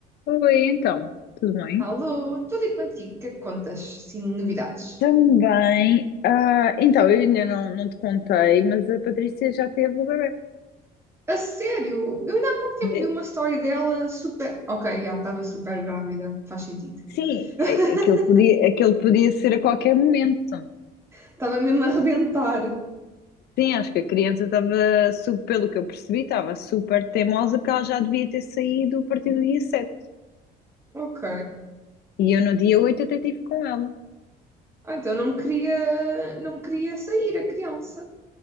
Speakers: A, on the left (about 70°); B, on the right (about 15°).
A: Oi, então, tudo bem?
B: Alô, tudo e contigo, o que é que contas? Sim, novidades.
A: Também, ah, então, eu ainda não, não te contei, mas a Patrícia já teve o bebê.
B: A sério, eu ainda há pouco tempo
A: De-
B: vi uma história dela super. Ok, já estava super grávida, faz sentido.
A: Sim,
B: <laughs>
A: a- aquele podia, aquele podia ser a qualquer momento.
B: Estava mesmo a arrebentar.
A: Sim, acho que a criança estava, su- pelo que eu percebi, estava super teimosa porque ela já devia ter saído a partir do dia sete
B: Ok.
A: E eu no dia 8 até estive com ela.
B: Ah, então não queria, não queria sair a criança.